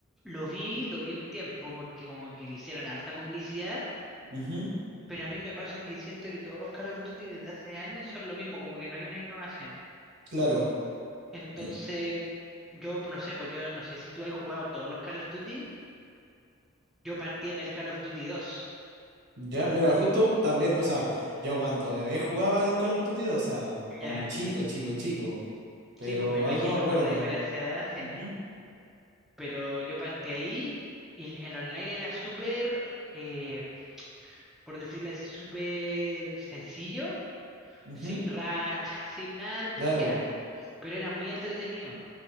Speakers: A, in the centre; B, on the right.
A: Lo vi, lo vi un tiempo porque como que le hicieron harta publicidad,
B: Ujú,
A: pero a mí me pasa que siento que todos los Call of Duty desde hace años son lo mismo, como que no hay una innovación.
B: Claro.
A: Entonces,
B: Eh,
A: yo no sé, pues yo no sé si tú has jugado todos los Call of Duty, yo partí en el Call of Duty 2.
B: ya, mira, justo también, o sea, yo cuando bebé jugaba al Call of Duty, o sea,
A: Ya,
B: cuando chico, chico, chico. Pero
A: sí, pues me imagino,
B: algo me acuerdo.
A: por la diferencia de edad, sí.
B: Ujú,
A: Pero yo partí ahí y el online era súper, eh, por decirlo así, súper sencillo
B: ujú,
A: sin racha, sin nada especial,
B: Claro.
A: pero era muy entretenido.